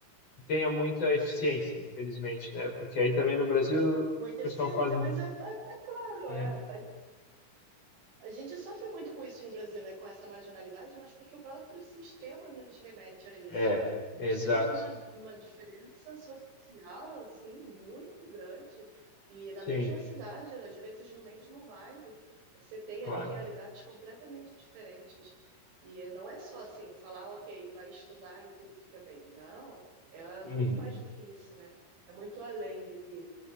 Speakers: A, on the left; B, on the right.
A: que tenha muita eficiência, infelizmente, né? Porque aí também no Brasil o
B: Muita
A: pessoal
B: eficiência,
A: quase.
B: mas é, é, é claro,
A: É,
B: é, A gente sofre muito com isso no Brasil, né? Com essa marginalidade, mas porque o próprio sistema nos remete a isso.
A: é,
B: Nós
A: exato.
B: temos uma, uma diferença social, assim, muito grande. E na
A: Sim,
B: mesma cidade, às vezes no mesmo bairro, você tem
A: claro.
B: ali realidades completamente diferentes. E não é só assim, falar, ok, vai estudar e tudo fica bem. Não, é
A: Uhum.
B: muito mais do que isso, né? É muito além do que,